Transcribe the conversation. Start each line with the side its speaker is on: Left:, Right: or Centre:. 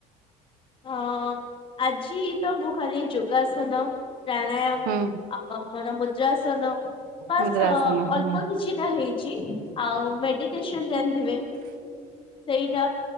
Left: ହଁ ଆଜି ତ ମୁଁ ଖାଲି ଯୋଗ ଆସନ। ପ୍ରାଣାୟାମ
Right: ହୁଁ
Left: ଆ ମୋର ମୁଦ୍ରାସନ ବାସ୍
Right: ମୁଦ୍ରାସନ ହୁଁ
Left: ଅଳ୍ପ କିଛି। ଟା ହେଇଛି ଆଉ ମେଡିଟେସନ ଜାଣିଥିବେ। ସେଇଟା